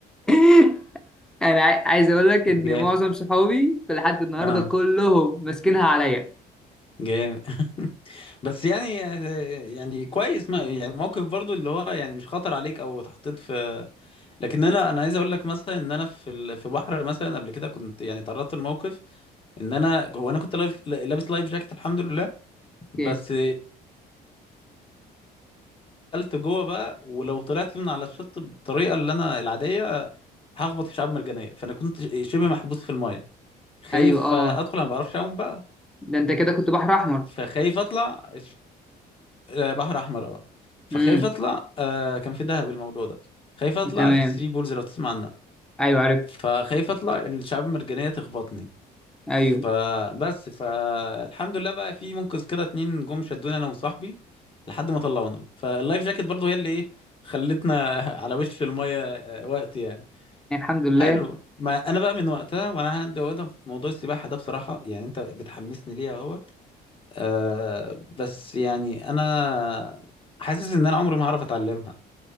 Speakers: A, in the centre; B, on the left.
A: <laughs> انا عاي- عايز اقول لك ان
B: جامد
A: معظم صحابي في لحد النهارده
B: اه
A: كلهم ماسكينها عليا
B: جامد <laughs> بس يعني يعني كويس ما يعني موقف برضو اللي هو يعني مش خطر عليك او اتحطيت في لكن انا انا عايز اقول لك مثلا ان انا في ال... في بحر مثلا قبل كده كنت يعني تعرضت لموقف ان انا هو انا كنت لايف لابس لايف جاكيت الحمد لله
A: اوكي
B: بس دخلت جوه بقى ولو طلعت من على الشط بالطريقه اللي انا العاديه هخبط في شعاب مرجانيه فانا كنت شبه محبوس في المايه خايف
A: ايوه اه
B: ادخل انا ما بعرفش اعوم بقى
A: ده انت كده كنت بحر احمر
B: فخايف اطلع ش- آه، بحر احمر اه فخايف
A: امم
B: اطلع آه كان في دهب الموضوع ده خايف اطلع
A: تمام
B: في الثري بولز لو تسمع عنها
A: ايوه عرفت
B: فخايف اطلع الشعاب المرجانيه تخبطني
A: ايوه
B: فبس فالحمد لله بقى في منقذ كده اتنين جم شدونا انا وصاحبي لحد ما طلعونا فاللايف جاكيت برضو هي اللي ايه خلتنا <laughs> على وش الميه آه، وقت يعني
A: الحمد لله
B: حلو ما انا بقى من وقتها وانا عندي عقده في موضوع السباحه ده بصراحه يعني انت بتحمسني ليها اهوت أه بس يعني انا حاسس ان انا عمري ما هعرف اتعلمها